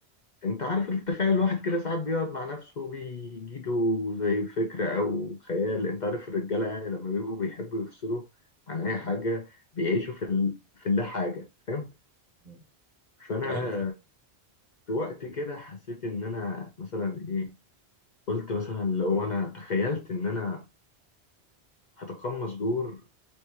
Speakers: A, on the left; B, on the right.
A: انت عارف التخيل الواحد كده ساعات بيقعد مع نفسه بيجيله زي فكره او خيال انت عارف الرجاله يعني لما بيبقوا بيحبوا يفصلوا عن اي حاجه بيعيشوا في ال... في اللا حاجه فاهم مم.
B: مم.
A: فانا
B: ايوه فاهم
A: في وقت كده حسيت ان انا مثلا ايه قلت مثلا لو انا تخيلت ان انا هتقمص دور